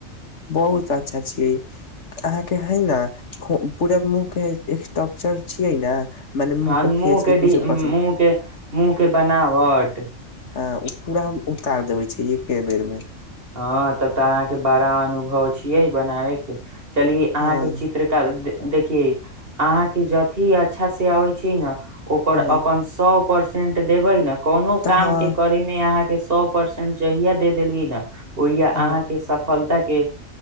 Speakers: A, on the left; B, on the right.
A: बहुत अच्छा छियै ई। अहाँके हइ ना, को पूरा मुँहके स्ट्रक्चर छियै ने मने
B: हँ,
A: मुँह के
B: मुँहके
A: फेस के
B: डि
A: कुछो
B: मुँहके
A: कस
B: मुँहके बनावट?
A: अ ओ पूरा हम उतार देबै छियै एक्के बेरमे।
B: हँ तब तऽ अहाँके बड़ा अनुभव छियै बनाबयके। चलिये अहाँके
A: हँ
B: चित्रकला दे- देखियै, अहाँके जँ अथि अच्छासे आबै छै ना ओपर
A: हँ
B: अपन सौ परसेंट देबै न कोनो
A: तऽ
B: कामके
A: हँ
B: करैमे अहाँके स्- सौ परसेंट जहिया दे देलियै न ओहिया अहाँके
A: ह
B: सफल ताके